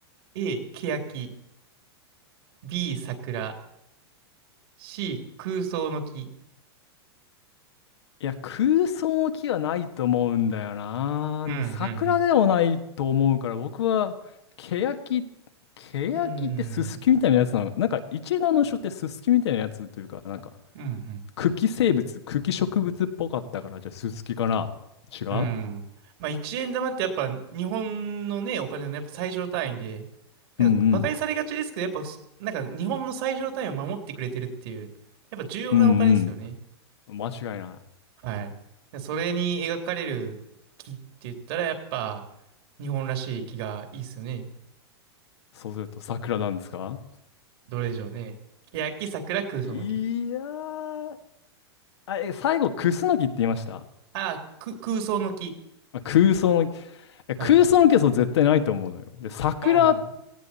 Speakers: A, on the right; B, on the left.
A: A、欅。B、桜。C、空想の木。
B: いや、空想の木はないと思うんだよな。
A: うん、
B: で、桜でもないと思うから、僕は、ケヤキ、ケヤキってススキみたいなやつなの。
A: うん、うん。
B: なんか、一円玉の書ってススキみたいなやつというか、なんか、
A: うん、
B: 茎生物、茎植物っぽかったから、じゃあススキかな。違う
A: うん、うん。まあ、1円玉ってやっぱ日本のね、お金のねやっぱ最小単位で、なんか馬鹿にされがちですけど、
B: うんうん。
A: やっぱそ、なんか日本の最小単位を守ってくれてるっていう、やっぱ重要なお金ですよね。
B: うんうん。間違いない。
A: はい。でそれに描かれる木って言ったらやっぱ日本らしい木がいいですよね。
B: そうすると桜なんですか
A: どれでしょうね。欅、桜、空想の木。
B: いやー、あ、え、最後、クスノキって言いました
A: ああ、く空想の木。
B: まあ空想の木、え空想の木はそう絶対ないと思うのよ。
A: はい。
B: で、桜、
A: うん